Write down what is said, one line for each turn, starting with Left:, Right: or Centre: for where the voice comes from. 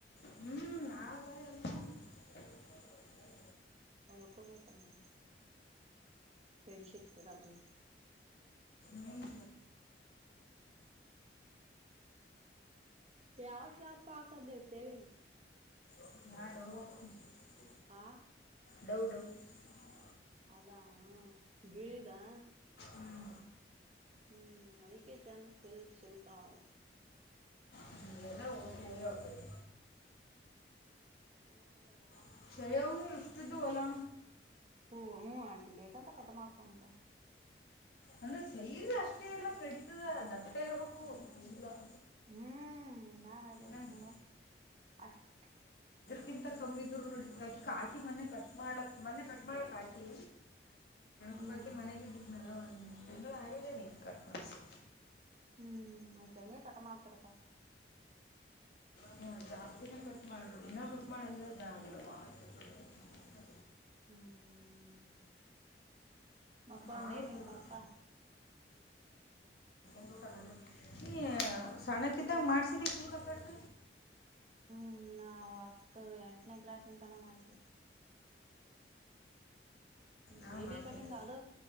Left: ಹ್ಮ್ <unintelligible>
Right: ಹೊಲ್ಕೋಬೇಕಲ್ವಾ <unintelligible> ಶಟ್ಟರ್ ಅದಲ್ಲ.
Left: ಮೇನ್
Right: ಯಾವ ಶಾಪ ಹಾಕ ದೇವ <unintelligible>
Left: <unintelligible>
Right: ಹಾ
Left: ಡವ್ ಡವ್ <unintelligible>
Right: ಅದಾ ಬಿಳಿದಾ.
Left: ಹ್ಞೂ
Right: ಹ್ಮ್ ಅದಕ್ಕೆೆ ಚಂದ ಸಿಲ್ಕ್ ಶಿಲ್ಕ <unintelligible>
Left: ಹ್ಮ್, ಎಲ್ಲ ಓಟ್ ಓದ್ಯಾವ ಆ ಕಡೆ
Right: ಎಲ್ಲಿಗ್ <unintelligible>
Left: <unintelligible> ಇಷ್ಟದು ಅಲಾ.
Right: ಹ ಹ್ಮ ಆಕಿ ಬೇಕಂತ ಕಟ್. <unintelligible>
Left: ಅಂದ್ರೆ <unintelligible> ಅಷ್ಟೇ ಇರ್ಲ್ಲ <unintelligible> ದಟ್ಟ ಇರ್ಬೇಕು <unintelligible>
Right: ಹ್ಮ್ ನಾನ್ ಅದೇಂತ
Left: ನಂಗೆ
Right: ನೋಡ ಅಷ್ಟ
Left: ಕಿಂತ ಕಮ್ಮಿದ್ರು ನಡೀತಾದ <unintelligible> ಕಾಕಿ ಮೊನ್ನೆ ಕಟ್ ಮಾಡ ಮೊನ್ನೆ ಕಟ್ ಮಾಡ್ಯಾಳ ಕಾಕಿ.
Right: ಹ್ಮ್
Left: ಒಬ್ಬಾಕಿ ಮನ್ಯಾಗ್ ಇದ್ನಲ್ಲ <unintelligible> ತಿಂಗಳ ಆಗ್ಯಾದ <unintelligible> ಕಟ್ ಮಾಡ್ಸಿ.
Right: ಹ್ಮ್ ಅಕಿ ಹಂಗೆ ಕಟ್ ಮಾಡ್ತಿರ್ತಾಳ.
Left: ಹ ಜಾಸ್ತಿನ ಕಟ್ ಮಾಡ ಇನ್ನ ಕಟ್ ಮಾಡ ಅಂದ್ರೆ ಬ್ಯಾಡ್ <unintelligible>
Right: ಹ್ಮ್ ಮಕ್ಕೊಂಡ
Left: ಮಾಡೋದು
Right: ನೆನ್ ನಿಮ್
Left: ಹೋಗಿ
Right: ಪಪ್ಪಾ.
Left: <unintelligible> ಸಣ್ಣಕಿದ್ದಾಗ ಮಾಡ್ಸಿದಿ ಕೂದ್ಲಾ ಕಟ್.
Right: ಹ್ಮ್ ನಾವು ಹತ್ತು ಎಂಟನೇ ಕ್ಲಾಸ್ ಇಂದಾನೆ ಮಾಡ್ತೀವಿ
Left: ಹಾಂ
Right: ಬೇಬಿ
Left: ಮಾಡಿಸಿದ್ದೆ
Right: ಕಟಿಂಗ್ ಆ ಅದು